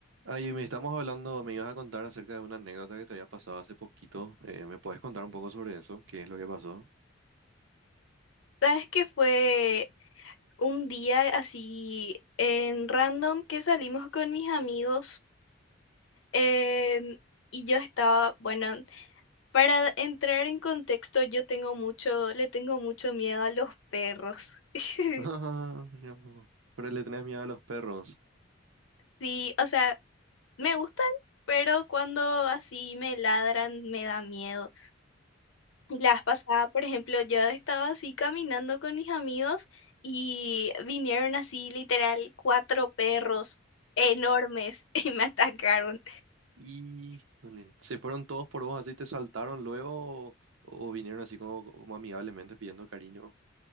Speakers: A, on the right (about 80°); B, on the left (about 70°).
A: Ay, me estamos hablando, me ibas a contar acerca de una anécdota que te había pasado hace poquito. Eh, ¿me puedes contar un poco sobre eso? ¿Qué es lo que pasó? <laughs>
B: ¿Sabes que fue un día así en random que salimos con mis amigos? en- y yo estaba, bueno, para entrar en contexto, yo tengo mucho, le tengo mucho miedo a los perros. <laughs>
A: Ah, Mira un poco. Pero le tenés miedo a los perros.
B: Sí, o sea, me gustan, pero cuando así me ladran me da miedo. Y la vez pasada, por ejemplo, yo estaba así caminando con mis amigos y vinieron así literal cuatro perros enormes <laughs> y me atacaron.
A: Híjole. ¿Se fueron todos por vos así, te saltaron luego o, o vinieron así como, como amigablemente pidiendo cariño?